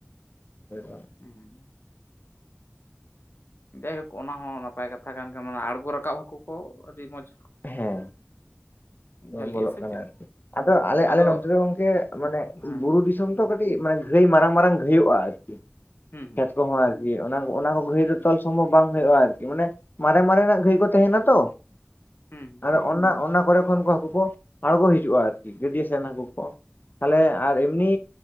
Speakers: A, on the left; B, on the left.
A: <inaudible>
B: ᱦᱩᱸ <unintelligible> ᱡᱟᱭᱦᱳᱠ ᱚᱱᱟ ᱦᱚᱸ ᱱᱟᱯᱟᱭ ᱠᱟᱛᱷᱟ ᱠᱟᱱ ᱜᱮ ᱢᱟᱱᱮ ᱟᱬᱜᱚ ᱨᱟᱠᱟᱵ ᱦᱟᱹᱠᱩ ᱠᱚ ᱟᱹᱰᱤ ᱢᱚᱡᱽ,
A: ᱦᱩᱸ
B: ᱡᱷᱟᱹᱞᱤᱜᱼᱟ
A: ᱵᱚᱞᱚᱜ
B: ᱥᱮ
A: ᱠᱟᱱᱟ
B: ᱪᱮᱫ
A: ᱟᱨᱠᱤ ᱟᱫᱚ ᱟᱞᱮ ᱟᱞᱮ
B: ᱟᱫᱚ
A: ᱱᱚᱱᱛᱮ ᱫᱚ ᱜᱚᱝᱠᱮ ᱢᱟᱱᱮ
B: ᱦᱮᱸ
A: ᱵᱩᱨᱩ ᱫᱤᱥᱚᱢ ᱼᱼ ᱡᱚᱛᱚ ᱠᱟᱹᱴᱤᱡ ᱢᱟᱱᱮ ᱜᱷᱟᱹᱭ ᱢᱟᱨᱟᱝ ᱢᱟᱨᱟᱝ ᱜᱷᱟᱹᱭᱚᱜᱼᱟ।
B: ᱦᱩᱸ ᱦᱩᱸ
A: ᱠᱷᱮᱛ ᱠᱚᱦᱚᱸ ᱟᱨᱠᱤ ᱚᱱᱟ ᱚᱱᱟ ᱠᱚ ᱜᱷᱟᱹᱭ ᱫᱚ ᱛᱚᱞ ᱥᱚᱢᱵᱷᱚᱵ ᱵᱟᱝ ᱦᱩᱭᱩᱜᱼᱟ ᱟᱨᱠᱤ ᱢᱟᱱᱮ ᱼᱼ ᱢᱟᱨᱮ ᱢᱟᱨᱮᱱᱟᱜ ᱜᱷᱟᱹᱭ ᱠᱚ ᱛᱟᱦᱮᱱᱟ ᱛᱚ।
B: ᱦᱩᱸ ᱦᱩᱸ
A: ᱟᱨ <inaudible> ᱚᱱᱟ ᱚᱱᱟ ᱠᱚᱨᱮ ᱠᱷᱚᱱ ᱦᱟᱹᱠᱩ ᱠᱚ ᱟᱬᱜᱚ ᱦᱤᱡᱩᱜᱼᱟ ᱟᱨᱠᱤ ᱜᱟᱹᱰᱭᱟᱹ ᱥᱮᱱ ᱦᱟᱹᱠᱩ ᱠᱚ। ᱛᱟᱦᱞᱮ ᱟᱨ ᱮᱢᱱᱤ,